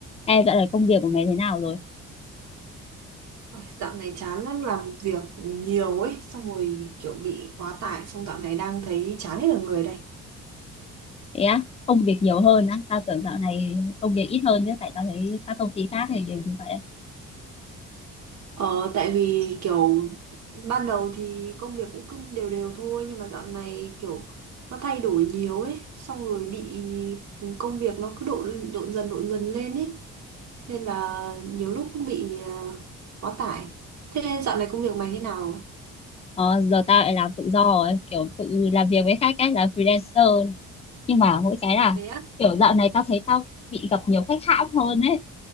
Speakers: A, on the left (about 20°); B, on the right (about 65°).
A: Ê, dạo này công việc của mày thế nào rồi?
B: Ôi, dạo này chán lắm làm việc nhiều ấy xong rồi kiểu bị quá tải xong dạo này đang thấy chán hết cả người đây
A: Thế á, công việc nhiều hơn á, tao tưởng dạo này công việc ít hơn chứ, tại tao thấy các công ty khác thì đều như vậy.
B: ờ tại vì kiểu ban đầu thì công việc cũng cứ đều đều thôi nhưng mà dạo này kiểu nó thay đổi nhiều ấy xong rồi bị công việc nó cứ độn độn dần độn dần lên ấy nên là nhiều lúc cũng bị ờ, quá tải thế dạo này công việc mày thế nào rồi
A: Ờ, giờ tao lại làm tự do rồi, kiểu tự làm việc với khách ấy, làm freelancer. Nhưng mà mỗi cái là
B: thế á
A: kiểu dạo này tao thấy tao bị gặp nhiều khách hãm hơn ấy.